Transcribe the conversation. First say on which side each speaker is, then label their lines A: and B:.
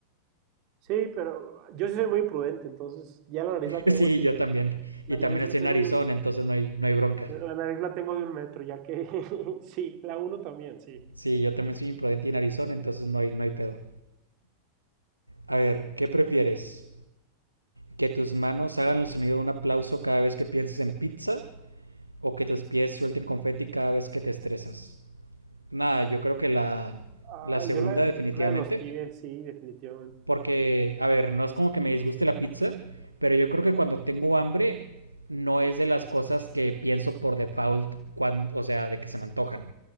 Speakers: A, on the right; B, on the right.
A: sí, pero yo sí soy muy imprudente, entonces ya la nariz la traigo
B: Sí,
A: así,
B: yo
A: la, de-
B: también.
A: la
B: Y también
A: nariz la
B: estoy
A: tengo
B: en Arizona,
A: bien.
B: entonces no hay, no hay bronca.
A: La nariz la tengo de un metro, ya que <laughs> sí, la uno también, sí.
B: Sí, yo también soy imprudente y en Arizona, entonces no hay, no hay pedo. A ver, ¿qué prefieres? ¿Que tus manos hagan el sonido de un aplauso cada vez que pienses en pizza? ¿O que tus pies suelten confeti cada vez que te estresas? Nada, yo creo que la,
A: Ah,
B: la segunda
A: yo la, yo
B: definitivamente.
A: la de los pies, sí, definitivamente.
B: Porque, a ver, no es como que me disguste la pizza, pero yo creo que cuando tengo hambre no es de las cosas que pienso por default, cuando, o sea, de que se me antojan.